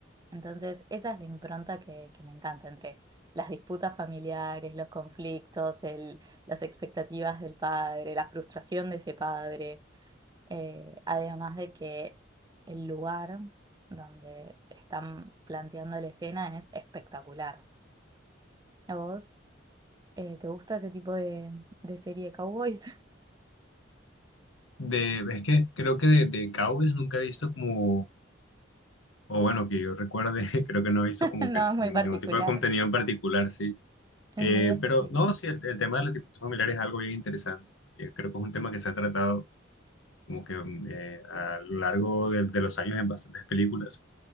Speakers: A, on the right (about 20°); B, on the left (about 80°).
A: Entonces, esa es la impronta que, que me encanta entre las disputas familiares, los conflictos, el- las expectativas del padre, la frustración de ese padre, eh, además de que el lugar donde están planteando la escena es espectacular. ¿A vos eh, te gusta ese tipo de, de serie de cowboys?
B: De, es que creo que de, de cowboys nunca he visto como, o bueno, que yo recuerde, <laughs> creo que no he visto
A: <laughs>
B: como
A: No,
B: que
A: es muy
B: ningún,
A: particular,
B: ningún tipo de contenido en particular, sí.
A: es
B: Eh,
A: muy específico.
B: pero no, sí, el, el tema de los tipos familiares es algo bien interesante. Eh, creo que es un tema que se ha tratado como que mm, eh, a lo largo de, de los años en bastantes películas,